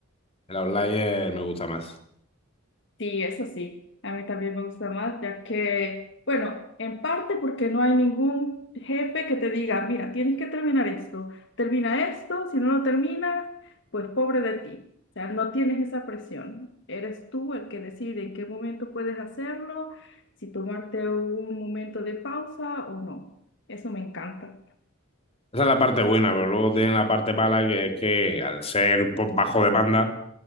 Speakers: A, on the left (about 30°); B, on the left (about 60°).
A: el outlier me gusta más.
B: Sí, eso sí, a mí también me gusta más, ya que, bueno, en parte porque no hay ningún jefe que te diga, mira, tienes que terminar esto, termina esto, si no lo terminas, pues pobre de ti. O sea, no tienes esa presión. Eres tú el que decide en qué momento puedes hacerlo, si tomarte un momento de pausa o no. Eso me encanta.
A: Esa es la parte buena, pero luego tiene la parte mala que es que al ser pues, bajo demanda,